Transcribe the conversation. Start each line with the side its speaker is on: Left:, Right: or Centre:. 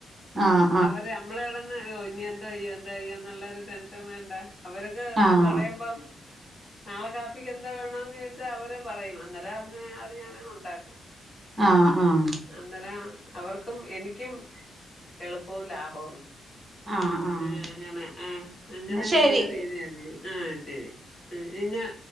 Right: ആഹ്
Left: അവര് നമ്മള് കടന്ന് ഓ ഇനി എന്തോയ്യോ എന്തോയ്യോ നുള്ളാര് ടെൻഷൻ വേണ്ട അവർക്ക്
Right: ആഹ് ആഹ്
Left: പറയുമ്പം നാളെ കാപ്പിക്ക് എന്താ വേണന്ന് ചോദിച്ചാൽ അവര് പറയും അന്നേരം അവര് അത് ഞാനങ്ങു ഉണ്ടാക്കും
Right: ആഹ് ആഹ്
Left: അന്നേരം അവർക്കും എനിക്കും എളുപ്പവും ലാഭവും
Right: ആഹ് ആഹ്
Left: ഏഹ് അങ്ങനെ ആഹ് അങ്ങനെയൊക്കെ
Right: എന്നാ ശരി
Left: ഉള്ള രീതിയായിരുന്നു ആഹ് ശരി ആഹ്